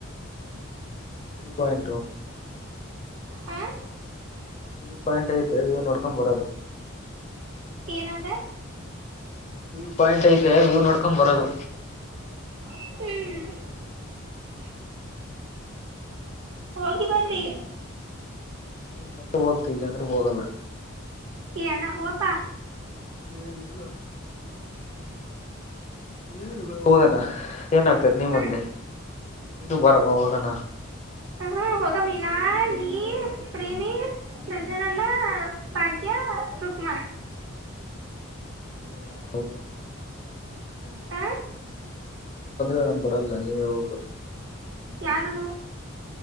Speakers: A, on the left; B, on the right.
A: ಹ್ಮ್ ವ್ಯೂ ಪಾಯಿಂಟು
B: ಹ
A: ವ್ಯೂ ಪಾಯಿಂಟ್ ಐತೆ ವ್ಯೂ ನೋಡ್ಕೊಂಡು ಬರೋದು.
B: ಏನಾದ.
A: ವ್ಯೂ ಪಾಯಿಂಟ್ ಐತೆ ವ್ಯೂ ನೋಡ್ಕೊಕೊಂಡು ಬರೋದು
B: ಹ್ಮ್
A: ಹ್ಮ್
B: ಹೋಗಿಬನ್ನಿ.
A: ನೀವು ಬಂದ್ರೆ ಹೋಗ್ತಿವಿ ಇಲ್ಲ ಅಂದ್ರೆ ಹೋಗಲ್ಲ
B: ಏನೋ ಹೋಗ್ಬಾ.
A: ಹೇಗಿಲ್ಲ
B: <inaudible>
A: ನೀನು ಬಾ ಹೋಗಣ ಏನಗತೈತೆ ನೀನು
B: ಹ
A: ಬಂದ್ರೆ ನೀನು ಬಾ ಹೋಗಣ. <inaudible>
B: <unintelligible> ನಾ ನೀ ಪ್ರೇಮಿ ರಾಜನನ್ನ ಭಾಗ್ಯ ರುಕ್ಮಾ.
A: <inaudible> <inaudible> ಅವರು ಬಂದ್ರೆ
B: ಮತ್ತ
A: ನಾನ್ ಬರಲ್ಲ ನೀವೇ ಹೋಗಿ ಬರ್ರಿ.
B: <inaudible> ಯಾರು.